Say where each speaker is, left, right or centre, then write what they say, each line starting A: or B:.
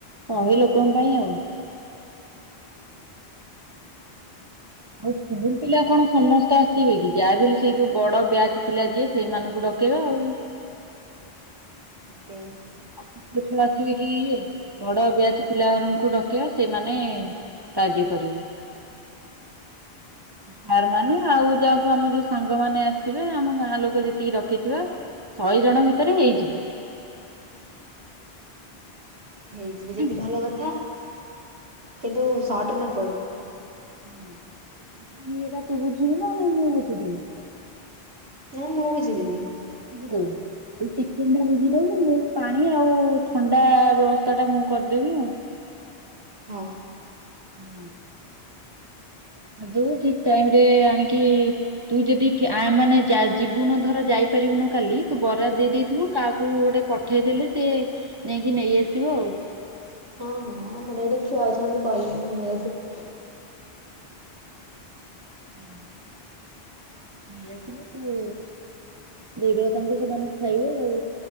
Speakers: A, on the right; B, on the right.
A: ଶହେ ଲୋକଙ୍କ ପାଇଁ ଆଉ। ଆଉ ସ୍କୁଲ ପିଲା କଣ ସମସ୍ତେ ଆସିବେ କି ଯାହାବି ହେଲେ ସେଇ ଯୋଉ ବଡ ବ୍ୟାଚ ପିଲା ଯିଏ ସେଇମାନଙ୍କୁ ଡ କେଇବା ଆଉ।
B: କେ।
A: ଛୋଟ ଛୁଆ ଆସିବେ କି ଇଏ ବଡ ବିଆଜ୍ ପିଲାଏରାଙ୍କୁ ଡକେଇବା ସେମାନେ ସାହାଯ୍ୟ କରିବେ। ସାର୍ ମାନେ ଆଉ ଯାହାକୁ ଆମେ ଯୋଉ ସାଙ୍ଗମାନେ ଆସିବେ ଆମ ଗାଁ ଲୋକ ଯେତିକି ଡକେଇଥିବା ଶହେ ଜଣ ଭିତରେ ହେଇଯିବ।
B: ହେଇଯିବେ
A: ନାଇଁ
B: ଯଦି
A: କି?
B: ଭଲ କଥା କିନ୍ତୁ ସଟ୍ ନ ପଡ଼ୁ।
A: ହୁଁ ଏଇଟା ତୁ ବୁଝିବୁ ନା ନା ମୁଁ ବୁଝିଦେବି?
B: ହେରା ମୁଁ ବୁଝିଦେବି।
A: ବୁଝି ଦେବୁ? ତୁ ଚିକେନ୍ ଟା ବୁଝିଦବୁ ମୁଁ ପାଣି ଆଉ ଥଣ୍ଡା ବ୍ୟବସ୍ଥା ଟା ମୁଁ କର୍ ଦେବି ଆଉ।
B: ହଁ।
A: ଲଭ୍। କର୍ ଦବୁ ଠିକ୍ ଟାଇମ୍ ରେ ଆଣିକି ତୁ ଯଦି ଠି ୟାମାନେ ଜା ଯିବୁନୁ ଧର ଯାଇପାରିବୁନୁ କାଲି ତୁ ବରାଦ୍ ଦେଇଦେଇଥିବୁ କାହାକୁ ଗୋଟେ ପ ଠେଇଦଲେ ସିଏ ଯାଇଁକି ନେଇଆସିବ ଆଉ।
B: ହଁ ହଁ ଆମର ଏଠି ଛୁଆ ଅଛନ୍ତି କହିଲେ ଘିନି ଆସିବେ।
A: ଉଁ। ଇଏ ଆସିଲେ ସେ ଦେଇ ଦେବେ ତାଙ୍କୁ ସେମାନେ ଖାଇବେ ଆଉ